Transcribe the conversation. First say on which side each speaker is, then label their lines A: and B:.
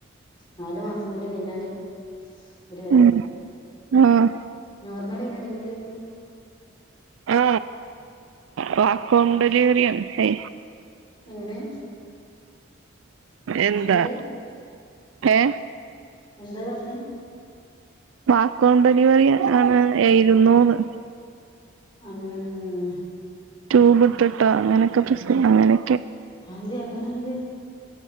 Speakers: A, on the left (about 20°); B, on the right (about 80°).
A: നാലു മാസം കൂടി കഴിഞ്ഞാല് ഒരു വയസായി
B: ഉം ആഹ്
A: നോർമലന്നെ ഡെലിവറി ഒക്കെ
B: ആ വാക്വം ഡെലിവറിയാണ് ഹേ
A: എങ്ങനെ
B: എന്താ
A: ഹസ്ബൻഡ്
B: ഏ
A: എന്താ പറഞ്ഞേ
B: വാക്വം ഡെലിവറി ആണ് ആയിരുന്നൂന്ന്
A: അങ്ങനങ്ങ്
B: ട്യൂബ് ഇട്ടിട്ട് അങ്ങനൊക്കെ പ്രശ്ന അങ്ങനെ
A: അതെന്തേ അങ്ങനെ ആയത്?